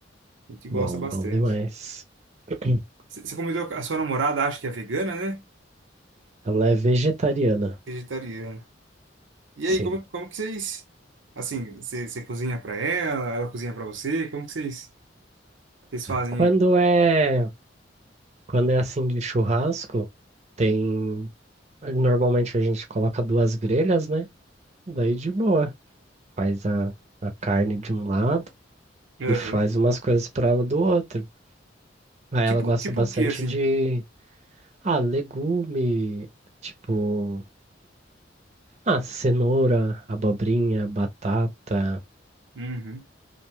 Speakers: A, on the right; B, on the right.
A: A gente gosta
B: Bom,
A: bastante.
B: bom demais. <clears throat>
A: C- Você comentou que a sua namorada acha que é vegana, né?
B: Ela é vegetariana,
A: Vegetariana. E
B: sim.
A: aí, como, como que vocês. Assim, você, você cozinha pra ela, ela cozinha pra você? Como que vocês, vocês fazem
B: Quando
A: aí?
B: é, quando é assim de churrasco, tem. Normalmente a gente coloca duas grelhas, né? Daí de boa. Faz a, a carne de um lado
A: Aham.
B: e faz umas coisas para ela do outro. Aí
A: Tipo,
B: ela gosta
A: tipo
B: bastante
A: o quê, assim?
B: de. Ah, legume. Tipo. Ah, cenoura, abobrinha, batata.
A: Uhum,